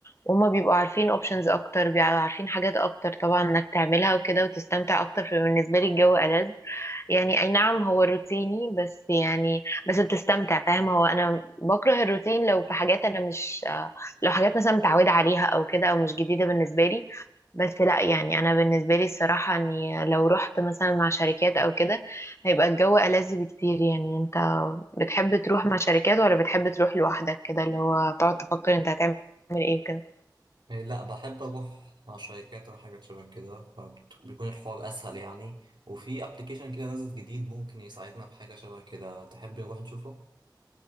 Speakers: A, on the left; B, on the right.
A: وهما بيبقوا عارفين اوبشنز اكتر بيبقوا عارفين حاجات اكتر طبعا انك تعملها وكده وتستمتع اكتر فبالنسبه لي الجو ألذ يعني اي نعم هو روتيني بس يعني بس بتستمتع فاهم هو انا بكره الروتين لو في حاجات انا مش آه، لو حاجات مثلا متعوده عليها او كده او مش جديده بالنسبه لي بس لا يعني انا بالنسبه لي الصراحه اني لو رحت مثلا مع شركات او كده هيبقى الجو ألذ بكتير يعني انت بتحب تروح مع شركات ولا بتحب تروح لوحدك كده اللي هو تقعد تفكر انت هتعمل ايه وكده
B: يعني لا بحب اروح مع شركات او حاجات شبه كده فبيكون الحوار اسهل يعني وفي ابلكيشن كده نازل جديد ممكن يساعدنا في حاجه شبه كده تحب نروح نشوفه